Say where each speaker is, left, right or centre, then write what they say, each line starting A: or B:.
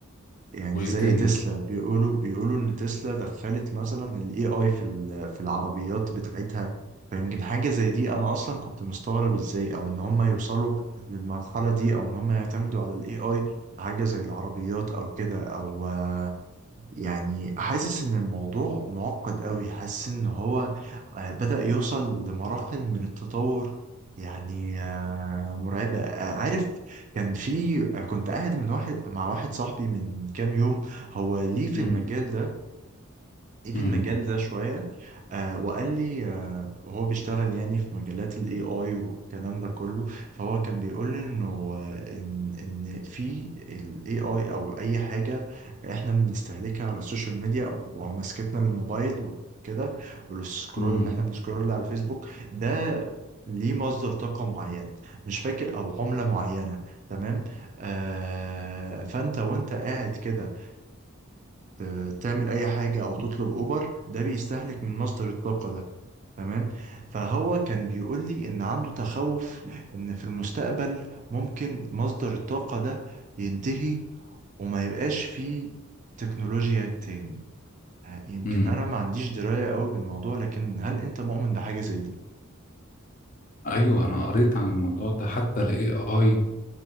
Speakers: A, on the right; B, on the left.
A: يعني
B: وإيه
A: زي
B: تاني
A: تسلا بيقولوا بيقولوا ان تسلا دخلت مثلا الاي اي في ال- في العربيات بتاعتها فيمكن حاجة زي دي انا اصلا كنت مستغرب ازاي او ان هم يوصلوا للمرحلة دي او ان هم يعتمدوا على الاي اي حاجة زي العربيات او كده او يعني حاسس ان الموضوع معقد قوي حاسس ان هو آه، بدأ يوصل لمراحل من التطور يعني آه، مرعبة آه، عارف كان في آه، كنت قاعد من واحد مع واحد صاحبي من كام يوم هو ليه في
B: مم.
A: المجال ده ايه في
B: مم.
A: المجال ده شوية آه وقال لي آه وهو بيشتغل يعني في مجالات الاي اي والكلام ده كله فهو كان بيقول لي انه آه، ان ان في الاي اي او اي حاجة احنا بنستهلكها على السوشيال ميديا ومسكتنا للموبايل وكده والسكرول
B: مم.
A: ان احنا بنسكرول على الفيسبوك ده ليه مصدر طاقة معين مش فاكر او عملة معينة تمام آه فانت وانت قاعد كده ت- تعمل اي حاجه او تطلب اوبر ده بيستهلك من مصدر الطاقه ده تمام فهو كان بيقول لي ان عنده تخوف ان في المستقبل ممكن مصدر الطاقه ده ينتهي وما يبقاش فيه تكنولوجيا تاني آه، يمكن
B: مم.
A: انا ما عنديش درايه قوي بالموضوع لكن هل انت مؤمن بحاجه زي دي
B: ايوه انا قريت عن الموضوع ده حتى الاي اي